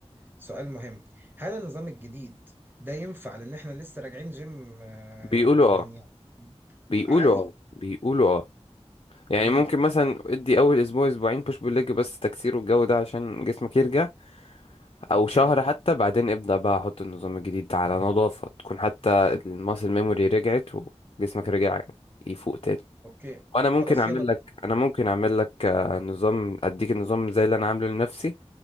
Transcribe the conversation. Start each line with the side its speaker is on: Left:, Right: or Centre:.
Right: سؤال مهم هل النظام الجديد ده ينفع لان احنا لسه راجعين جيم آه،
Left: بيقولوا
Right: من
Left: اه
Right: يعني
Left: بيقولوا
Right: عادي
Left: اه بيقولوا اه يعني
Right: امم
Left: ممكن مثلا ادي اول اسبوع اسبوعين بوش بول ليج بس تكسير والجو ده عشان جسمك يرجع او
Right: اوكي
Left: شهر حتى بعدين ابدأ بقى احط النظام الجديد ده على نظافة تكون حتى الماسل ميموري رجعت وجسمك رجع يفوق تاني
Right: اوكي
Left: وانا ممكن
Right: خلاص
Left: اعمل
Right: يلا بينا
Left: لك انا ممكن اعمل لك آه، نظام اديك النظام زي اللي انا عامله لنفسي